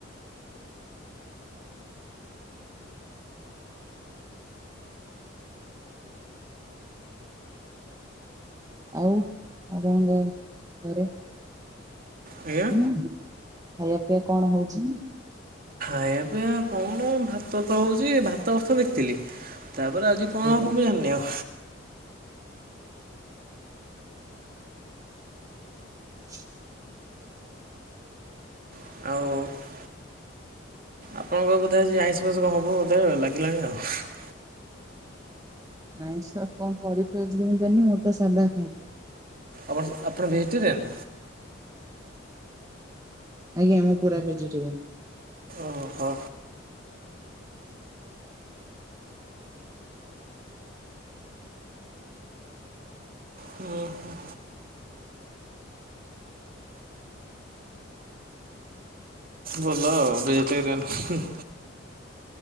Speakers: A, on the right; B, on the right.
A: ଆଉ ଆପଣଙ୍କ ଘରେ
B: ଆଜ୍ଞା।
A: ହଁ ଖାଇବା ପିଇବା କଣ ହଉଛି?
B: ଖାଇବା ପିଇବା କଣ ଭାତ ତ ହେଉଛି ଭାତ ବଥ ଦେଖିଥିଲି ତାପରେ ଆଜି କଣ
A: ଆଜ୍ଞା।
B: ହବ ମୁ ଜାଣିନି ଆଉ।
A: <inaudible>
B: ଆଉ ଆପଣଙ୍କର ବୋଧେ ଆଜି ଆଇଁଷ ଫାଇଁଷ କଣ ହବ ବୋଧେ ଲାଗିଲାଣି ଆଉ।
A: ଆଇଁଷ କଣ କରିବି ଆଜି ମୁଁ ଜାଣିନି ମୁ ତ ସାଧା ଖାଏ।
B: ଆପଣ ଆପଣ ଭେଜିଟେରିିଆନ୍?
A: ଆଜ୍ଞା ମୁଁ ପୁରା ଭେଜିଟେରିଆନ୍।
B: ଓହୋ। ହୁଁ ହୁଁ। ଭଲ ଆଉ ଭେଜିଟେରିଆନ।